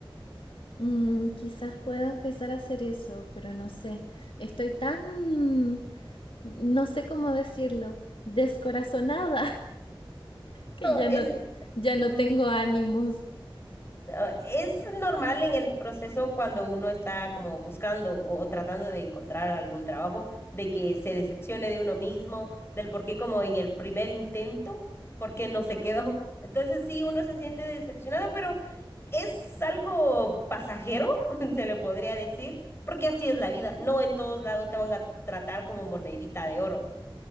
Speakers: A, on the left (about 70°); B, on the left (about 25°).
A: Mm, quizás pueda empezar a hacer eso, pero no sé. Estoy tan, no sé cómo decirlo, descorazonada que
B: No,
A: ya
B: es,
A: no, ya
B: ujú.
A: no tengo ánimos.
B: Ah, Es normal en el proceso cuando uno está como buscando o, o tratando de encontrar algún trabajo, de que se decepcione de uno mismo, del por qué como en el primer intento, por qué no se quedó. <laughs> Entonces sí, uno se siente decepcionado, pero es algo pasajero, <laughs> se le podría decir, porque así es la vida. No en todos lados te van a tratar como monedita de oro,